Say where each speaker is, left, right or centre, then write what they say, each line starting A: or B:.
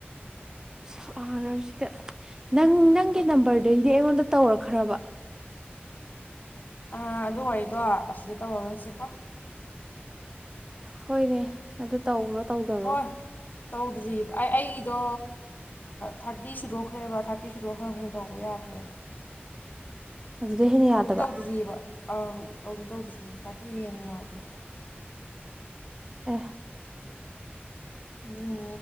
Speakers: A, on the right; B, on the left.
A: ꯁꯒꯔꯁꯗ ꯅꯪ ꯅꯪꯒꯤ ꯅꯝꯕꯔꯗꯩꯗꯤ ꯑꯩꯉꯣꯟꯗ ꯇꯧꯔꯛꯈ꯭ꯔꯕ
B: ꯑꯥ ꯑꯗꯨ ꯋꯥꯔꯤꯗꯣ ꯑꯁꯤꯗ ꯇꯧꯔꯔꫭꯏꯁꯤꯀꯣ
A: ꯍꯣꯏꯅꯦ ꯑꯗꯨ ꯇꯧ꯭ꯔꯣ ꯇꯧꯗꯔꯣꯕ꯭ꯔꫭ
B: ꯍꯣꯏ ꯇꯧꯗ꯭ꯔꯤꯕ ꯑꯩ ꯑꯩꯒꯤꯗꯣ ꯊꯥꯔꯇꯤ ꯁꯨꯗꯣꯛꯈ꯭ꯔꯦꯕ ꯊꯥꯔꯇꯤ ꯁꯨꯗꯣꯛꯈ꯭ꯔꯕꯅꯤꯅ ꯇꯧꯕ ꯌꯥꯗ꯭ꯔꯦꯕ
A: ꯑꯗꯨꯗ ꯍꯦꯟꯅ ꯌꯥꯗꯕ
B: ꯇꯧꯗꯤ ꯇꯧꯗ꯭ꯔꯤꯑꯕ ꯑꯪ ꯇꯧꯗꯤ ꯇꯧꯗ꯭ꯔꯤꯕ ꯊꯥꯔꯇꯤꯗꯩ ꯍꯦꯟꯅ ꯌꯥꯗꯦꯕ
A: ꯑ‌ꯦ
B: ꯑꯗꯨꯅꯦ